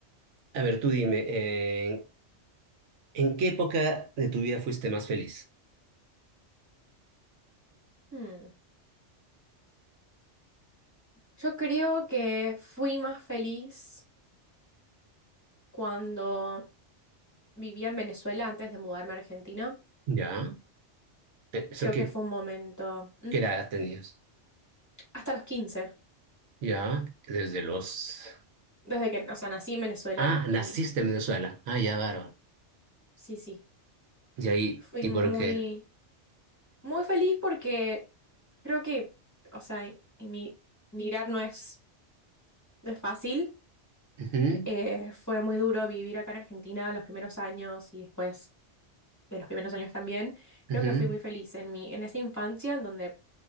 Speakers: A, on the right; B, on the left.
A: a ver, tú dime, eh, ¿en qué época de tu vida fuiste más feliz?
B: Hmm. Yo creo que fui más feliz cuando vivía en Venezuela antes de mudarme a Argentina.
A: ¿Ya? Eh, ¿Eso
B: Creo
A: qué,
B: que fue un momento, ¿Mm?
A: qué edad tenías?
B: hasta los quince
A: ¿Ya? Desde los...
B: desde que, o sea, nací en Venezuela
A: Ah,
B: y
A: naciste en Venezuela. Ah, ya, bárbaro.
B: sí, sí,
A: ¿Y ahí?
B: fui
A: ¿Y
B: muy,
A: por qué?
B: muy feliz porque creo que, o sea, imi- emigrar no es, no es fácil.
A: Ujú,
B: Eh, fue muy duro vivir acá en Argentina los primeros años y después de los primeros años también. Creo
A: ujú,
B: que fui muy feliz en mi, en esa infancia en donde